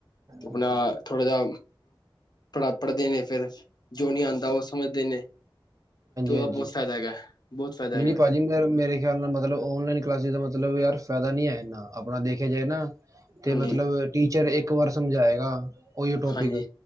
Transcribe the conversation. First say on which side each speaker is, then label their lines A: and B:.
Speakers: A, on the left; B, on the right.
A: ਆਪਣਾ,
B: ਹਾਂਜੀ
A: ਥੋੜ ਜਾ ਪੜਾ ਪੜ੍ਹਦੇ ਨੇ ਫਿਰ, ਜੋ ਨਹੀਂ ਆਂਦਾ ਓ ਸ ਸਮਝਦੇ ਨੇ। ਤੇ ਐਦਾ
B: ਹਾਂਜੀ
A: ਬਹੁਤ ਫਾਇਦਾ ਹੈਗਾ। ਬਹੁਤ ਫਾਇਦਾ
B: ਨਹੀਂ
A: ਹੈਗਾ
B: ਨਹੀਂ ਭਾਜੀ ਮੇਰੇ ਖਿਆਲ ਨਾ ਮਤਲਬ, ਔਨਲਾਈਨ ਕਲਾਸਿਸ ਦਾ ਮਲਬ ਮਤਲਬ ਯਾਰ ਫਾਇਦਾ ਨੀ ਹੈ ਐਨਾ, ਆਪਣਾ ਦੇਖਿਆ ਜਾਏ ਨਾ ਤੇ
A: ਹਾਂਜੀ
B: ਮਤਲਬ, ਟੀਚਰ ਇੱਕ ਵਾਰ ਸਮਝਾਏਗਾ, ਉਹੀ ਟੋਪਿਕ।
A: ਹਾਂਜੀ,